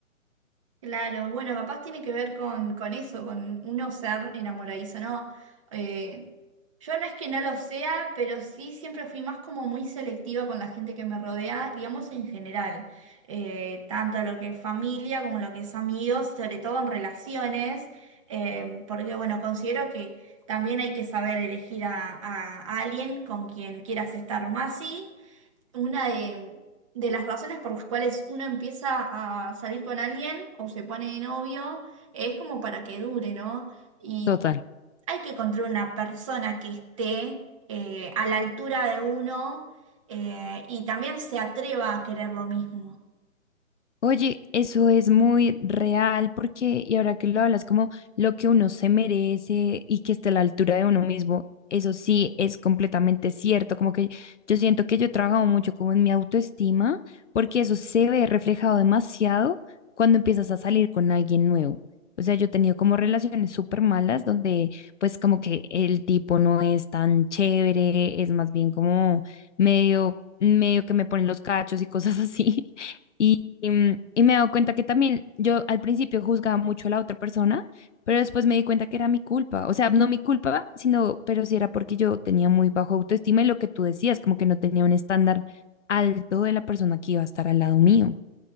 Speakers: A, on the right (about 25°); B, on the left (about 60°).
A: Claro, bueno, capaz tiene que ver con, con eso, con uno ser enamoradizo, ¿no? Eh, yo no es que no lo sea, pero sí siempre fui más como muy selectiva con la gente que me rodea, digamos en general, Eh, tanto lo que es familia como lo que es amigos, y sobre todo en relaciones, eh, porque bueno, considero que también hay que saber elegir a, a alguien con quien quieras estar más, sí una de, de las razones por las cuales uno empieza a salir con alguien o se pone de novio es como para que dure, ¿no? Y
B: Total.
A: hay que encontrar una persona que esté eh, a la altura de uno eh, y también se atreva a querer lo mismo.
B: Oye, eso es muy real porque, y ahora que lo hablas, como lo que uno se merece y que esté a la altura de uno mismo, eso sí es completamente cierto. Como que yo siento que yo he trabajado mucho como en mi autoestima, porque eso se ve reflejado demasiado cuando empiezas a salir con alguien nuevo. O sea, yo he tenido como relaciones súper malas donde pues como que el tipo no es tan chévere, es más bien como medio, medio que me ponen los cachos y cosas así. <laughs> Y, mm, y me he dado cuenta que también yo al principio juzgaba mucho a la otra persona, pero después me di cuenta que era mi culpa. O sea, no mi culpa, sino, pero sí era porque yo tenía muy bajo autoestima y lo que tú decías, como que no tenía un estándar alto de la persona que iba a estar al lado mío.